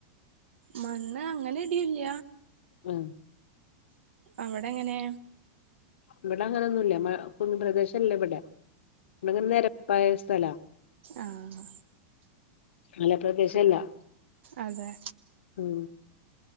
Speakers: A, on the right; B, on the left.
A: മണ്ണ് അങ്ങനെടില്ല
B: ഹ്
A: അവേടെങ്ങനെ
B: ഇവിടെ അങ്ങനൊന്നുല്ല മഴ കുന്ന് പ്രദേശല്ല ഇവിടെ ഇവിടെങ്ങനെ നിരപ്പായ സ്ഥലാ
A: ആഹ്
B: മല പ്രദേശല്ല
A: അതെ
B: ഉം